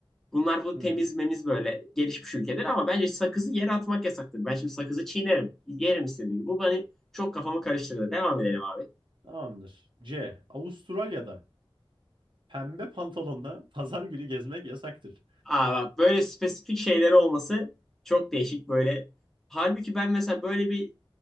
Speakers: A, in the centre; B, on the right (about 60°).
A: Bunlar bu
B: Hı
A: temiz
B: hı.
A: memiz böyle gelişmiş ülkeler ama bence sakızı yere atmak yasaktır. Ben şimdi sakızı çiğnerim. Yerim istediğim gibi. Bu beni çok kafamı karıştırdı. Devam edelim abi.
B: Tamamdır. C. Avustralya'da pembe pantolonla pazar günü gezmek yasaktır.
A: Aa bak böyle spesifik şeyleri olması çok değişik böyle. Halbuki ben mesela böyle bir